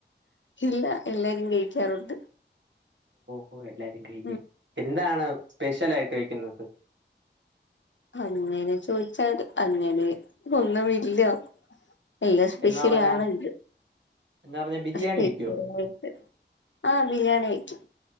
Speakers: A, on the left (about 80°); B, on the right (about 75°).
A: ഇല്ല എല്ലാരും കഴിക്ക്യാറുണ്ട്
B: ഓ എല്ലാരും കഴിക്ക്യും
A: ഉം
B: എന്താണ് സ്പെഷ്യാലായ്ട്ട് കഴിക്ക്യ്ന്നത്
A: അങ്ങെനെ ചോയ്ച്ചാൽ അങ്ങെനെ ഒന്നുമില്ലാ എല്ലാം സ്പെഷ്യലാണല്ലോ
B: എന്ന് പറഞ്ഞാ എന്ന് പറഞ്ഞാ ബിരിയാണി
A: സ്പെഷലായ്
B: വെക്കോ
A: ആഹ് ബിരിയാണി വെക്ക്യും